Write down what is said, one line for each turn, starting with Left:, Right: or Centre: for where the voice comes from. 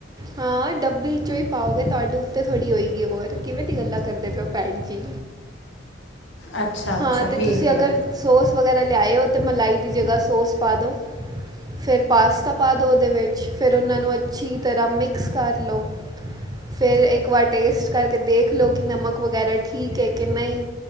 Right: ਹਾਂ ਡੱਬੀ ਚੋਂ ਹੀ ਪਾਓਗੇ ਤੁਹਾਡੇ ਉੱਤੇ ਥੋੜੀ ਹੋਏਗੀ ਔਰ ਕਿਵੇਂ ਦੀ ਗੱਲਾਂ, ਕਰਦੇਂ ਪਏ ਹੋ ਭੈਣ ਜੀ।
Left: ਅੱਛਾ ਅੱਛਾ
Right: ਹਾਂ
Left: ਠੀਕ
Right: ਤੇ ਤੁਸੀਂ ਅਗਰ
Left: ਹੈ
Right: ਸੋਸ ਵਗ਼ੈਰਾ ਲਿਆਏ ਹੋ ਤਾਂ ਮਲਾਈ ਦੀ ਜਗਾ ਸੋਸ ਪਾ ਦੋ। ਫੇਰ ਪਾਸਤਾ ਪਾ ਦਿਉ ਉਹਦੇ ਵਿੱਚ ਫੇਰ ਉਹਨਾਂ ਨੂੰ ਅੱਛੀ ਤਰਾਂ ਮਿਕਸ ਕਰ ਲਉ। ਫੇਰ ਇੱਕ ਵਾਰ ਟੇਸਟ ਕਰਕੇ ਦੇਖ਼ ਲਓ ਕਿ ਨਮਕ ਵਗ਼ੈਰਾ ਠੀਕ ਹੈ ਕਿ ਨਹੀਂ।